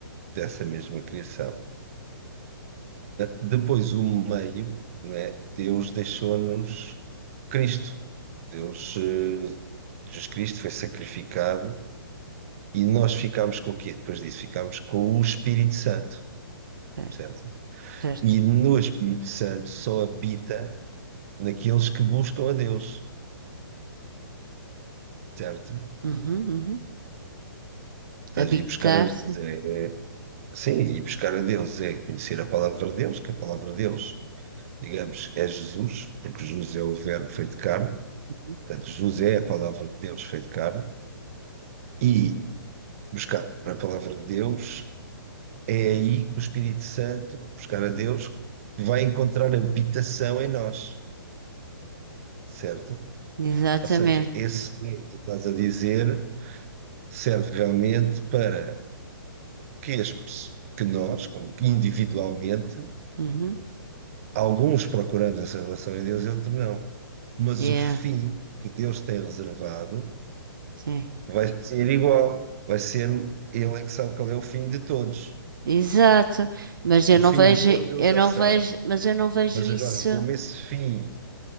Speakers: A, on the right; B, on the right.
A: dessa mesma criação. Depois, o meio, né? Deus deixou-nos Cristo. Deus, eh, Jesus Cristo foi sacrificado e nós ficámos com o quê? Depois disso, ficámos com o Espírito Santo,
B: Certo,
A: certo?
B: certo.
A: E no Espírito Santo só habita naqueles que buscam a Deus, certo?
B: Uhum, uhum.
A: Estás
B: Habitar-se.
A: a ir buscar a Deus. É, é- sim, ir buscar a Deus é conhecer a palavra de Deus, que a palavra de Deus, digamos, é Jesus, porque Jesus é o Verbo feito carne
B: Uhum.
A: Portanto, José é a palavra de Deus feito carne e buscar a palavra de Deus é aí que o Espírito Santo, buscar a Deus, vai encontrar habitação em nós, certo?
B: Exatamente.
A: Ou seja, esse que tu estás a dizer serve realmente para que, as, que nós, ou que individualmente,
B: Uhum.
A: alguns procuramos essa relação em Deus e outros não. Mas
B: Yeah,
A: o fim que Deus tem reservado
B: sim.
A: vai ser igual, vai ser Ele é que sabe qual é o fim de todos.
B: Exato, mas eu
A: O
B: não
A: fim
B: vejo,
A: de todos ele
B: eu
A: já
B: não
A: sabe.
B: vejo, mas eu não vejo
A: Mas
B: isso,
A: agora, como esse fim,